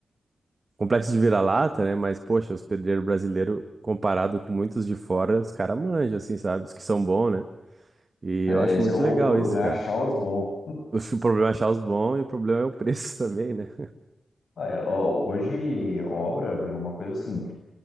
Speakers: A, on the right; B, on the left.
A: complexo de vira-lata, né? Mas, poxa, os pedreiros brasileiros, comparado com muitos de fora, os caras manjam, assim, sabe? Os que são bons, né? E
B: É,
A: eu acho
B: Esse
A: muito
B: é o,
A: legal
B: o problema,
A: isso,
B: é
A: cara.
B: achar os bons.
A: O problema é achar os bons e o problema é o preço <laughs> também, né?
B: Ah, é, ó, Hoje, obra virou uma coisa assim,